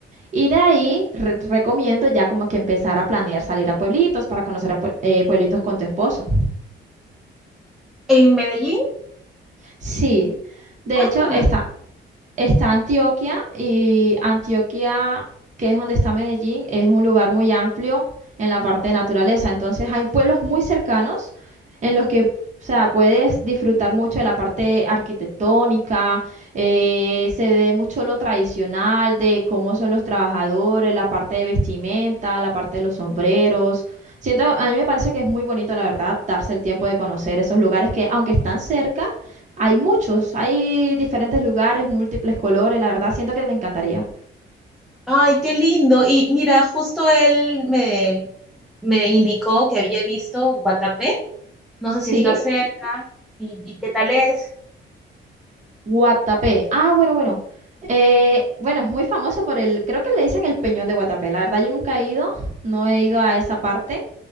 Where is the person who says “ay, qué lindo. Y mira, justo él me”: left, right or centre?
Centre